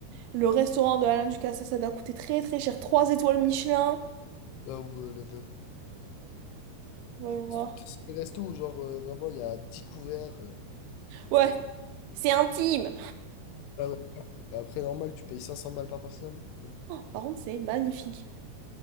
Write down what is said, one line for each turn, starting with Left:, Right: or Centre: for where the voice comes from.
Right: Le restaurant de Alain Ducasse, ça, ça doit coûter très très cher. Trois étoiles Michelin.
Left: Là où euh, le...
Right: Voyons voir.
Left: C'est des restos où genre euh, vraiment il y a 10 couverts. euh,
Right: Ouais,
Left: C'est-
Right: c'est intime.
Left: Ah ouais. Après, normal, tu payes 500 balles par personne. Bon.
Right: Par contre, c'est magnifique.